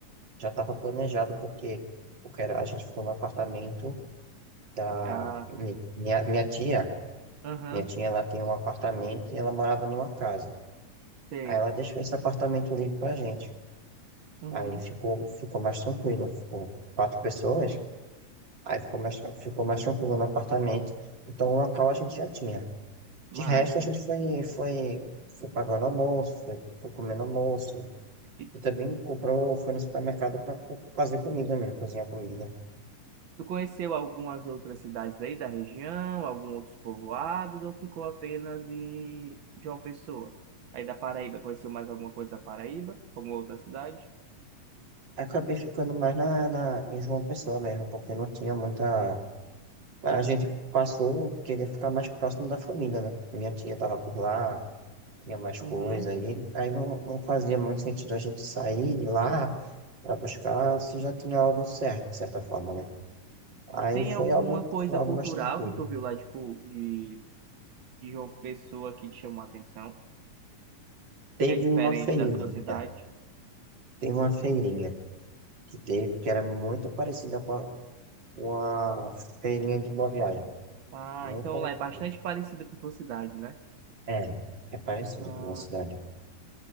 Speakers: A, on the right (about 35°); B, on the right (about 65°).
A: já estava planejado, porque, porque era- a gente ficou no apartamento da
B: Ah,
A: mi- minha, minha tia,
B: aham,
A: minha tia ela tem um apartamento e ela morava numa casa.
B: sei.
A: Aí ela deixou esse apartamento livre pra gente.
B: Uhum,
A: Aí ficou, ficou mais tranquilo. Ficou quatro pessoas, aí ficou mais, tran- ficou mais tranquilo no apartamento. Então o local a gente já tinha.
B: massa.
A: De resto, a gente foi, foi, foi pagando almoço, foi, foi comendo almoço.
B: E
A: E também comprou, foi no supermercado para fazer comida mesmo, cozinhar comida.
B: tu conheceu algumas outras cidades daí da região, algum outros povoados ou ficou apenas em João Pessoa? Aí da Paraíba, conheceu mais alguma coisa da Paraíba? Alguma outra cidade?
A: Acabei ficando mais na, na, em João Pessoa mesmo, porque não tinha muita. A gente passou, queria ficar mais próximo da família, né? Minha tia estava por lá, tinha mais
B: Uhum.
A: coisa, aí, aí não, não fazia muito sentido a gente sair de lá para buscar se já tinha algo certo, de certa forma, né? Aí
B: Tem
A: foi
B: alguma
A: algo,
B: coisa
A: foi algo
B: cultural
A: mais tranquilo.
B: que tu viu lá, tipo, de, de João Pessoa que te chamou a atenção,
A: Teve
B: que é diferente
A: uma feirinha,
B: da tua cidade?
A: teve uma feirinha que teve, que era muito parecida com a, com a feirinha de Boa Viagem,
B: Ah,
A: muito
B: então
A: parecida.
B: lá é bastante parecida com a tua cidade, né?
A: É, é parecida
B: Ah,
A: com a minha cidade.